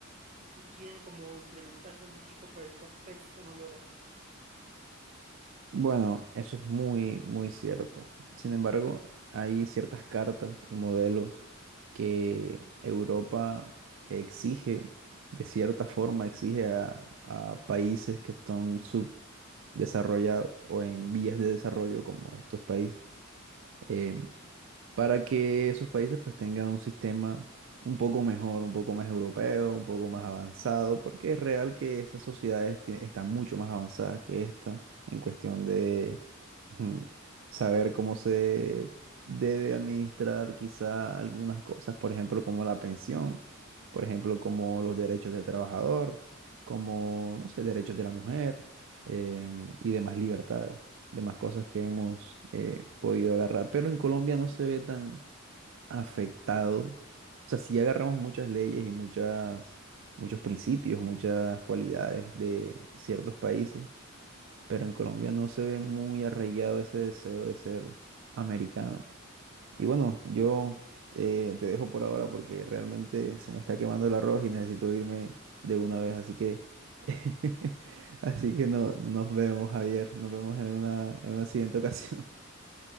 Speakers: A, on the right (about 35°); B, on the right (about 65°).
A: y quieren como implementarlo en México, pero el contexto no lo da.
B: Bueno, eso es muy, muy cierto. Sin embargo, hay ciertas cartas y modelos que Europa exige, de cierta forma, exige a, a países que están subdesarrollados o en vías de desarrollo como estos países. Em, para que esos países pues tengan un sistema un poco mejor, un poco más europeo, un poco más avanzado, porque es real que esas sociedades tie- están mucho más avanzadas que esta en cuestión de mm, saber cómo se debe administrar quizá algunas cosas, por ejemplo, como la pensión, por ejemplo, como los derechos del trabajador, como, no sé, derechos de la mujer, em, y demás libertades demás cosas que hemos eh, podido agarrar. Pero en Colombia no se ve tan afectado. O sea, sí agarramos muchas leyes y muchas, muchos principios, muchas cualidades de ciertos países, pero en Colombia no se ve muy arraigado ese deseo de ser americano. Y bueno, yo eh, te dejo por ahora porque realmente se me está quemando el arroz y necesito irme de una vez, así que <laughs> así que no, nos vemos, Javier, nos vemos en una, en una siguiente ocasión. <laughs>